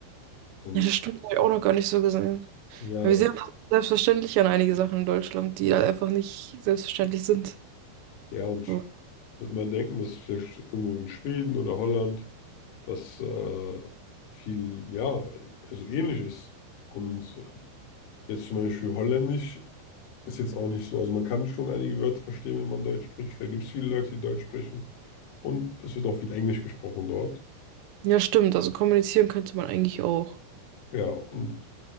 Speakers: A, on the left; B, on the right.
A: Und
B: das stimmt, habe ich auch noch gar nicht so gesehen.
A: ja,
B: Wir
A: das,
B: sehen einfach selbstverständlich an einige Sachen in Deutschland, die halt einfach nicht selbstverständlich sind.
A: ja, und sch-
B: So.
A: wird man denken, dass vielleicht irgendwo in Schweden oder Holland das äh, viel, ja, also ähnlich ist. Und jetzt zum Beispiel Holländisch. Ist jetzt auch nicht so. Also man kann schon einige Wörter verstehen, wenn man Deutsch spricht. Da gibt es viele Leute, die Deutsch sprechen. Und es wird auch viel Englisch gesprochen dort.
B: Ja, stimmt, also kommunizieren könnte man eigentlich auch.
A: Ja, und